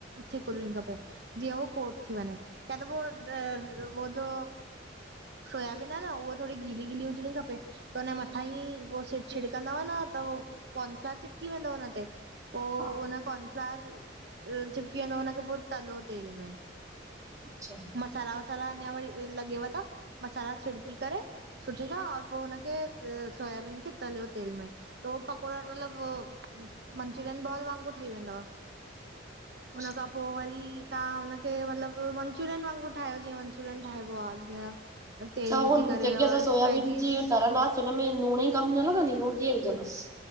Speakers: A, on the right; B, on the right.
A: थिक हुजणी खपे। जीअं हू कोट थी वनें, या त पो अ वोजो सोयाबीन आ न उह थोड़ी गीली गीली हुजणी खपे, त उन मथां ई उहो सि छिड़कंदव न, त कॉर्नफ्लोर चिपकी वेंदो उन ते, पो
B: हा
A: कॉर्नफ्लोर चिपकी वेंदो, उनखे पो तलो तेल में।
B: अच्छा
A: मसाला वसाला अञा वरी लॻेव त, मसाला छिड़की करे सुठे सां, और पो उनखे सोयाबीन खे, तलयो तेल में। तो पकोड़ा मतलब, मंचुरियन बॉल वांगुरु ठई वेंदव।
B: अच्छा।
A: हुन खां पो वरी, तहां हुनखे मतलब वन मंचूरियन वांगुरु ठायो जीअं मंचूरियन ठाइबो आ, जीअं। तेल
B: त ऊ
A: विझी करे
B: जेके
A: और
B: असां सोयाबीन
A: वेजिस
B: जी तरंदास, उनमे नूंण जी कमी न लॻंदी, नूंण कीअं विझंदास?